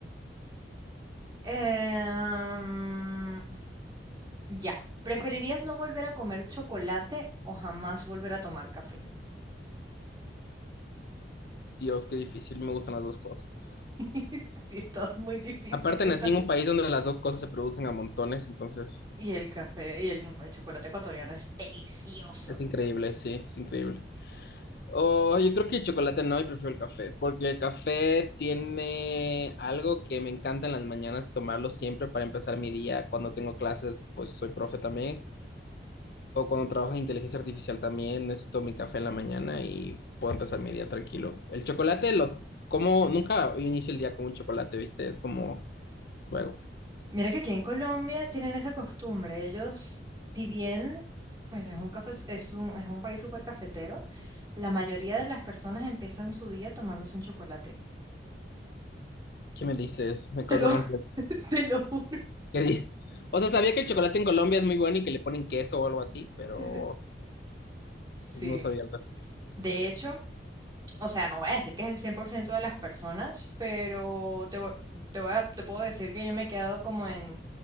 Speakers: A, on the right; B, on the left.
A: Em, ya. ¿Preferirías no volver a comer chocolate o jamás volver a tomar café?
B: Dios, qué difícil. Me gustan las dos cosas.
A: <laughs> Sí, está muy difíciles.
B: Aparte nací en un país donde las dos cosas se producen a montones, entonces
A: Y el café y el, el chocolate ecuatoriano es delicioso.
B: es increíble, sí, es increíble. Oh, yo creo que el chocolate no, yo prefiero el café, porque el café tiene algo que me encanta en las mañanas tomarlo siempre para empezar mi día. Cuando tengo clases, pues soy profe también, o cuando trabajo en inteligencia artificial también, necesito mi café en la mañana y puedo empezar mi día tranquilo. El chocolate lo como, nunca inicio el día con un chocolate, ¿viste? Es como, luego,
A: Mira que aquí en Colombia tienen esa costumbre. Ellos, si bien pues es un café, es un, es un país súper cafetero, la mayoría de las personas empiezan su día tomándose un chocolate.
B: ¿qué me dices? Me acabas
A: Te lo,
B: de
A: <laughs>
B: romper.
A: te lo juro.
B: <laughs> que di- O sea, sabía que el chocolate en Colombia es muy bueno y que le ponen queso o algo así, pero
A: <laughs> Sí.
B: pues, no sabía el resto.
A: De hecho, O sea, no voy a decir que es el 100% de las personas, pero te, voy- te voy a- te puedo decir que yo me he quedado como en